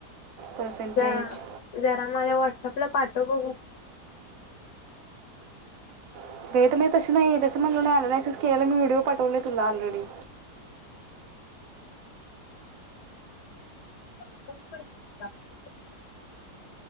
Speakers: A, on the right; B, on the left.
A: पर्सेंटेज
B: जरा जरा मला वाट व्हाट्सअपला पाठव
A: <unintelligible> म्हणल अनालायसेस केलेला मी व्हिडिओ पाठवलय तुला ऑरेडी
B: <inaudible>